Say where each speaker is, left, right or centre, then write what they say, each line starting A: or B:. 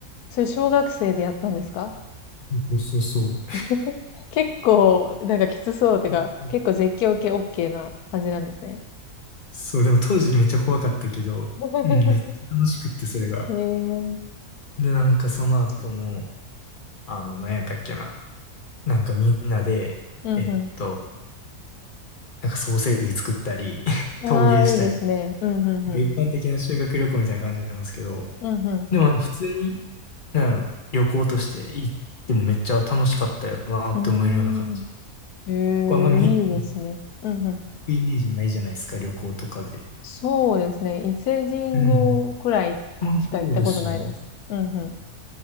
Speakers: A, on the left; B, on the left.
A: それ小学生でやったんですか
B: そうそうそ
A: <laughs> 結構、なんかきつそうてか、
B: う。うん
A: 結構絶叫系 OK な感じなんですね。
B: そう、でも当時めっちゃ怖かったけど、
A: <laughs>
B: うん、めっちゃ楽しくって、それが。
A: へえ。うん
B: で、なんかその後も、あの、なんやったっけな。なんかみんなで、
A: う
B: えっと、なんかソーセージ作ったり、<laughs> 陶芸したり、
A: ん。ああ、いいですね。うんうんうん。
B: なんか一般的な修学旅行みたいな感じなんですけど、
A: うん
B: でもなんか普通になんやろ、旅行として行ってもめっちゃ楽しかったやろなって思えるような感じ。
A: うん。うーん。へえ、
B: 結構あんま見、
A: いいですね。
B: う
A: うんうん。
B: イメージないじゃないですか、旅行とかで。
A: そうですね。伊勢神宮くらいしか行ったことないです。
B: うんうん。まあそうですよね。
A: うん